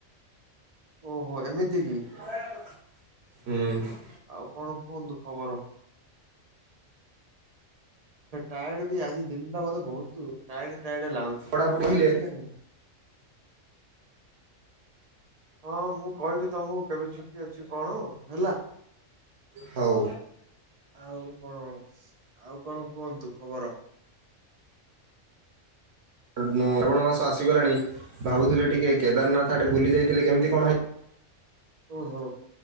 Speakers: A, on the right (about 40°); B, on the right (about 60°).
A: ଓହୋ ଏମିତି କି?
B: ହୁଁ
A: ଆଉ କଣ କୁହନ୍ତୁ ଖବର? ଟାଏ ଡ ବି ଆଜି ଦିନଟା ମତେ ବହୁତୁ ଟାଏଡ ଟାଏଡ ଲାଗୁଛି
B: ପଢାପଢି
A: କଣ
B: ହେଲେ
A: ହେଇଛି କକେଜାଣି। ହଁ ମୁଁ କହିବି ତମକୁ କେବେ ଛୁଟି ଅଛି କଣ ହେଲା।
B: ହଉ।
A: ଆଉ କଣ ଆଉ କଣ କୁହନ୍ତୁ ଖବର।
B: ଶ୍ରାବଣ ମାସ ଆସିଗଲାଣି ଭାବୁଥିଲେ ଟିକେ କେଦାରନାଥ ଆଡେ ବୁଲି ଯାଇଥିଲେ କେମିତି କଣ ହେଇ
A: ଓୁ ହୋ